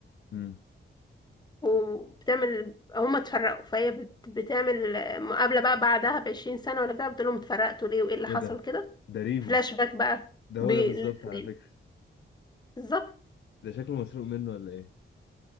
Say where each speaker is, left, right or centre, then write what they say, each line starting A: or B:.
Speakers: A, on the left; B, on the left.
A: امم
B: وبتعمل هما اتفرقوا فهي بت- بتعمل مقابلة بقى بعدها بعشرين سنة ولا بتاع بتقول لهم اتفرقتوا ليه وايه اللي
A: ايه
B: حصل
A: ده
B: كده
A: ده ريفو
B: فلاش باك بقى
A: ده
B: بالأمان
A: هو ده بالظبط على فكرة
B: بالظبط
A: ده شكله مسروق منه ولا ايه